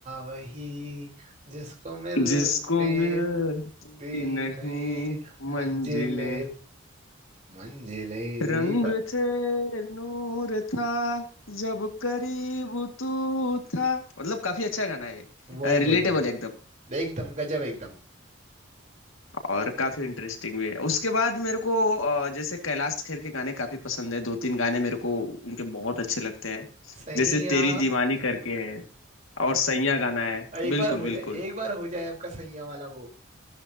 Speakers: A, on the right; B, on the left.
A: वही जिसको मिलती
B: जिसको मिलती
A: मिलती
B: नहीं
A: नहीं
B: मंजिलें
A: मंजिले मंजिले
B: रंग
A: ये बात
B: थे नूर था जब करीब तू था मतलब काफी अच्छा गाना है
A: वही वही
B: रिलेटेबल
A: वही
B: एकदम
A: एकदम गजब एकदम
B: और काफी इंटरेस्टिंग भी है उसके बाद मेरे को अ, जैसे कैलाश खेर के गाने काफी पसंद है दो तीन गाने मेरे को उनके बहुत अच्छे लगते हैं
A: सैया
B: जैसे तेरी दीवानी करके है और सैया गाना है
A: और एक बार
B: बिल्कुल
A: हो
B: बिल्कुल
A: जाए एक बार हो जाए आपका सैया वाला वो